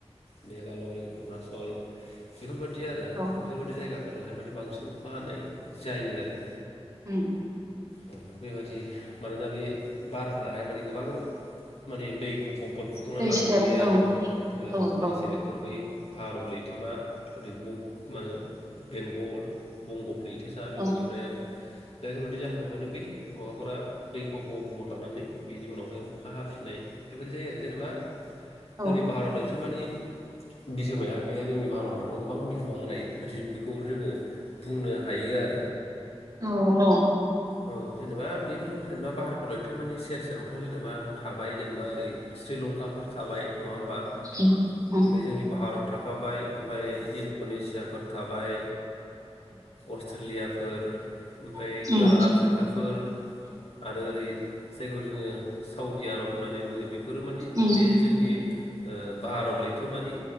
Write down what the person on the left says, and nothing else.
मेघालय, अरुनाचल बेफोरबाय <unintelligible> आरो
बेफोरबायदि जायगा फोराहाय माने बांसिन अखा हानाय जायो आरो।
औ बेबादि मानोना बे बारफोराहाय माने गोबां माने दै खफ' <unintelligible> बुखांना
लाबोफायो
आरो
ओ माने
दै
सेरेफफोर बै भारत लैथोमा ओरै ब मा होनो बेंगल बंगप लैथो दा बेफोरनिफ्राय
आरो दा बेफोरबायदि जाहोनावहायनो बै माबाफोरा दै खफ' बुहर लानानै बिनि उनावहाय अख खा हाफिननाय बेबायदि जायो आरो जेनेबा जोंनि
भारत लैथो थोमानि बिहोमाया बे जोंनि भारत हादराव गोबां बिह मा होनाय बिदि बेखौ जोङो बुंनो हायो आर
औ जेनेबा बेफोर जेनेबा भारत लैथोमानि सेर सेराव थ' जेनेबा थाबाय जेनेबा ओरै श्रीलंकाफोर थाबाय नङा होमबा?
ओमफाय जोंनि भारत थाख खाबाय ओमफाय इन इण्ड'नेसियाफोर थाबाय, अस्ट्रेलियाफोर ओमफाय
खोला आफ्रिकाफोर आरो ओरै जायखौ जोङो साउडि आरब होननानै बुङो बेफ फोर मानि
बे जोंनि ओ भारत लैथो मानि